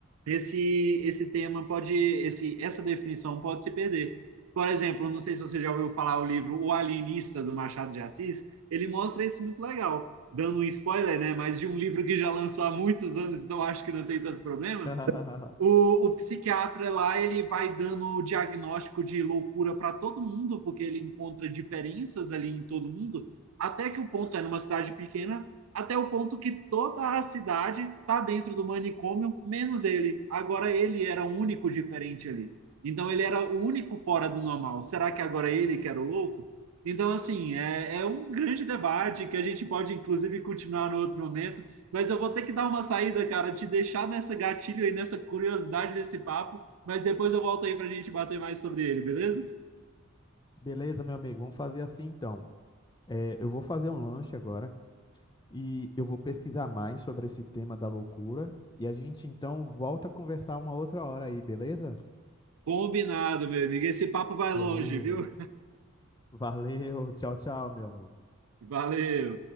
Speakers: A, on the right; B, on the left.
A: esse esse tema pode esse essa definição pode se perder. Por exemplo, não sei se você já ouviu falar o livro O Alienista do Machado de Assis, ele mostra isso muito legal, dando um spoiler, né, mas de um livro que já lançou há muitos anos, então acho que não tem tanto problema,
B: <laughs>
A: o, o psiquiatra lá ele vai dando o diagnóstico de loucura para todo mundo, porque ele encontra diferenças ali em todo mundo, até que o ponto é numa cidade pequena, até o ponto que toda a cidade tá dentro do manicômio, menos ele. Agora ele era o único diferente ali. Então ele era o único fora do normal. Será que agora ele que era o louco? Então, assim, é, é um grande debate que a gente pode, inclusive, continuar no outro momento mas eu vou ter que dar uma saída, cara, te deixar nessa gatilho aí, nessa curiosidade desse papo, mas depois eu volto aí para a gente bater mais sobre ele, beleza?
B: Beleza, meu amigo, vamos fazer assim então. É, eu vou fazer um lanche agora. e eu vou pesquisar mais sobre esse tema da loucura e a gente então volta a conversar uma outra hora aí, beleza?
A: Combinado, meu amigo. Esse papo vai longe,
B: Beleza.
A: viu?
B: Valeu, tchau, tchau, meu amigo.
A: Valeu!